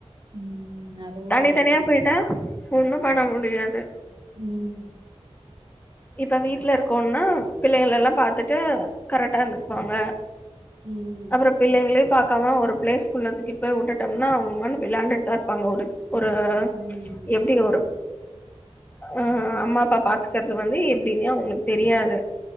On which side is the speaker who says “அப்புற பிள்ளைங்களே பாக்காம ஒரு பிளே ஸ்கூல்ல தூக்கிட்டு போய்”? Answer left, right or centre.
Left